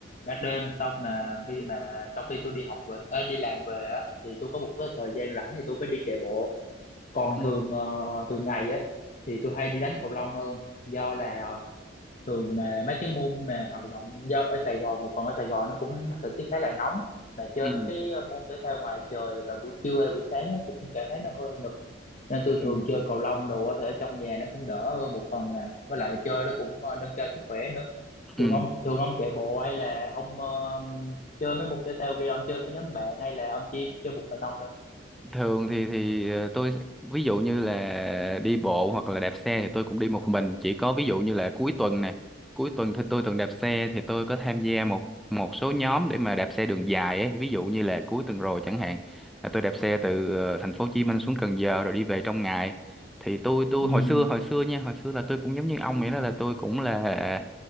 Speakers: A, on the left; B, in the centre.
A: ban đêm sau mà khi mà sau khi tôi đi học về ờ, đi làm về á thì tôi có một cái thời gian rảnh thì tôi mới đi chạy bộ còn
B: Ừ,
A: thường ờ, thường ngày á thì tôi hay đi đánh cầu lông hơn do là thường mà mấy cái môn mà hoạt động do ở Sài Gòn một phần ở Sài Gòn nó cũng thời tiết khá là nóng mà chơi
B: ừ,
A: mấy cái ờ, môn thể thao ngoài trời vào buổi trưa hay buổi sáng á, tôi cũng cảm thấy nó hơi nực nên tôi
B: ừ,
A: thường chơi cầu lông đồ á, thì ở trong nhà nó cũng đỡ hơn một phần à với lại chơi nó cũng ờ, nâng cao sức khỏe nữa
B: ừ.
A: thường ông thường ông chạy bộ hay là ông ờ, chơi mấy môn thể thao kia ông chơi với nhóm bạn hay là ông chỉ chơi một mình ông thôi
B: thường thì thì ờ, tôi ví dụ như là đi bộ hoặc là đạp xe thì tôi cũng đi một mình chỉ có ví dụ như là cuối tuần này cuối tuần thì tôi thường đạp xe thì tôi có tham gia một một số nhóm để mà đạp xe đường dài ấy ví dụ như là cuối tuần rồi chẳng hạn là tôi đạp xe từ ờ, thành phố Hồ Chí Minh xuống Cần Giờ rồi đi về trong ngày thì tôi tôi
A: ừ
B: hồi xưa hồi xưa nha hồi xưa là tôi cũng giống như ông vậy đó là tôi cũng là